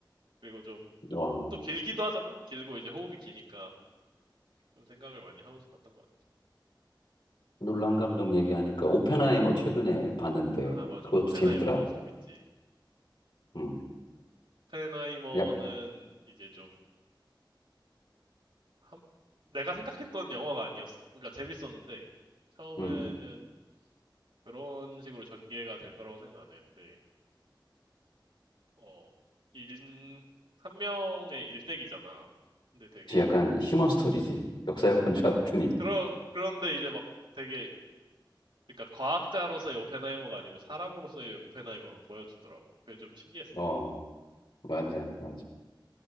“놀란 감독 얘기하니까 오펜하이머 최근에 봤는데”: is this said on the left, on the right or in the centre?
Left